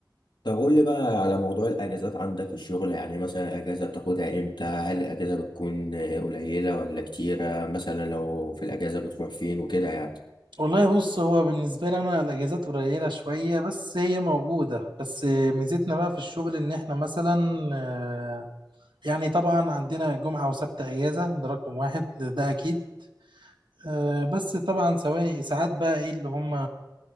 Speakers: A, on the left; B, on the right.
A: طب قول لي بقى على موضوع الاجازات عندك في الشغل يعني مثلا الاجازة بتاخدها امتى هل الاجازة بتكون قليلة ولا كتيرة مثلا لو في الاجازة بتروح فين وكده يعني
B: والله بص هو بالنسبة لي أنا الأجازات قليلة شوية بس هي موجودة بس ميزتنا بقى في الشغل إن إحنا مثلا آه، يعني طبعا عندنا جمعة وسبت أجازة ده رقم واحد ده أكيد آه، بس طبعا سواء ساعات بقى إيه اللي هم